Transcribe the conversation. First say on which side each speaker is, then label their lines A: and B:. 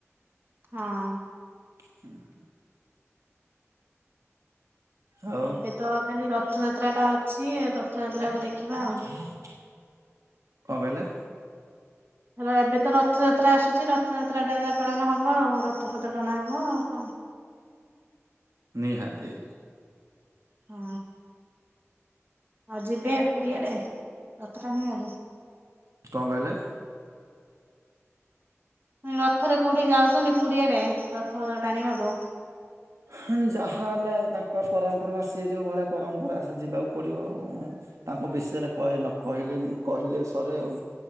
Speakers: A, on the right; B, on the right.
A: ହଁ।
B: ହୁଁ, ହୁଁ। ଆଉ
A: ଏବେ ତ ଖାଲି ରଥଯାତ୍ରା ଟା ଅଛି, ଏ ରଥଯାତ୍ରାକୁ ଦେଖିବା ଆଉ।
B: କଣ କହିଲେ?
A: ରେ- ଏବେ ତ ରଥଯାତ୍ରା ଆସୁଛି, ରଥଯାତ୍ରାଟା ଯା ପାଳନ ହବ ଆଉ, ରଥ ପଥ ଟଣା ହେବ ଆଉ କଣ।
B: ନିହାତି।
A: ହଁ ଆଉ ଯିବେ ପୁରୀ ଆଡେ ରଥ ଟାଣିବାକୁ?
B: କଣ କହିଲେ?
A: ରଥରେ କୋଉଠିକି ଯାଉଛନ୍ତି ପୁରୀ ଆଡ଼େ ରଥ ପଥ ଟାଣିବାକୁ?
B: ହୁଁ, ଯାହା ହେଲେ ଆଉ ତାଙ୍କ ପରମପୂର୍ବା ସିଏ ଯୋଉ ଭଳିଆ ପରମ୍ପରା ସେ ଯିବାକୁ ପଡ଼ିବ ଆଉ। ତାଙ୍କ ବିଷୟରେ କଇ ନ କହିଲେ କହିଲେ ସରେ ଆଉ।